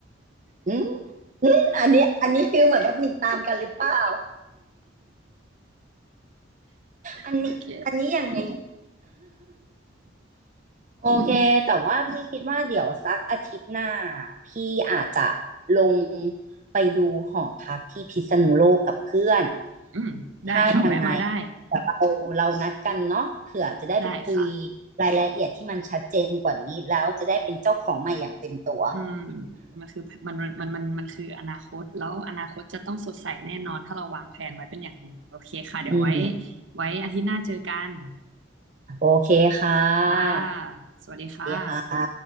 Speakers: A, on the right; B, on the right.
A: อืม <laughs> อมอันนี้อันนี้ฟิลเหมือนแบบหนีตามกันหรือเปล่าอันนี้อันนี้อย่างไง
B: โอเค
A: <laughs> โอเคแต่ว่าพี่คิดว่าเดี๋ยวสักอาทิตย์หน้าพี่อาจจะลงไปดูหอพักที่พิษณุโลกกับเพื่อน
B: อืมได้ค่ะแวะมาได้
A: ถ้ายังไงแต่เราเรานัดกันเนาะเผื่อจะได้ไปคุย
B: ได้ค่ะ
A: รายละเอียดที่มันชัดเจนกว่านี้แล้วจะได้เป็นเจ้าของใหม่อย่างเต็มตัว
B: อืมมันคือมันมันมันมันคืออนาคตแล้วอนาคตจะต้องสดใสแน่นอนถ้าเราวางแผนไว้เป็นอย่างดีโอเคค่ะเดี๋ยวไว้
A: <laughs> อืม
B: ไว้อาทิตย์หน้าเจอกัน
A: โอเคค่ะ
B: ค่ะสวัสดีค่ะ
A: ดีค่ะ